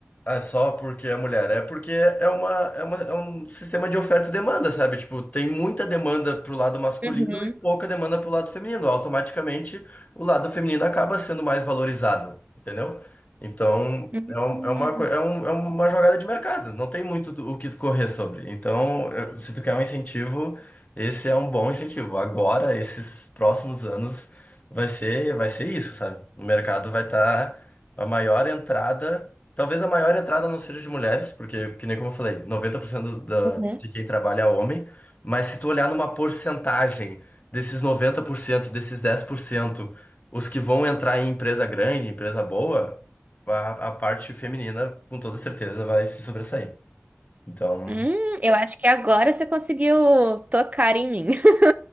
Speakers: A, on the left; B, on the right.
A: é só porque é mulher, é porque é uma, é uma, é um sistema de oferta e demanda, sabe? Tipo, tem muita demanda pro lado masculino
B: Uhum.
A: e pouca demanda pro lado feminino. Automaticamente, o lado feminino acaba sendo mais valorizado, entendeu? Então,
B: Uhum.
A: é, um- é uma, coi- é, um- é uma jogada de mercado, não tem muito do- o que tu correr sobre. Então, eu- se tu quer um incentivo. Esse é um bom incentivo. Agora, esses próximos anos, vai ser, vai ser isso, sabe? O mercado vai estar a maior entrada. Talvez a maior entrada não seja de mulheres, porque, que nem como eu falei, 90% da,
B: Uhum.
A: de quem trabalha é homem. Mas se tu olhar numa porcentagem desses 90% desses 10% os que vão entrar em empresa grande, empresa boa, a, a parte feminina, com toda certeza, vai se sobressair. Então.
B: Hum, eu acho que agora você conseguiu tocar em mim. <laughs>